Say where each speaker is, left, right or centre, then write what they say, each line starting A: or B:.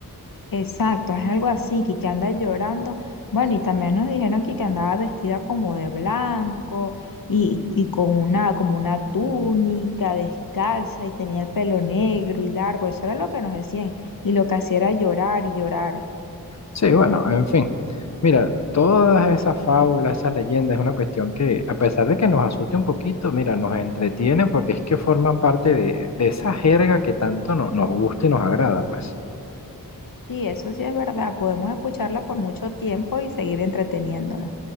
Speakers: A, on the left; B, on the left.
A: Exacto, es algo así, que anda llorando. Bueno, y también nos dijeron que que andaba vestida como de blanco y, y con una, como una túnica descalza y tenía el pelo negro y largo. Eso era lo que nos decían. Y lo que hacía era llorar y llorar.
B: Sí, bueno, en fin. Mira, todas esas fábulas, esas leyendas, es una cuestión que, a pesar de que nos asuste un poquito, mira, nos entretiene porque es que forman parte de, de esa jerga que tanto no- nos gusta y nos agrada, pues.
A: Sí, eso sí es verdad. Podemos escucharla por mucho tiempo y seguir entreteniéndonos.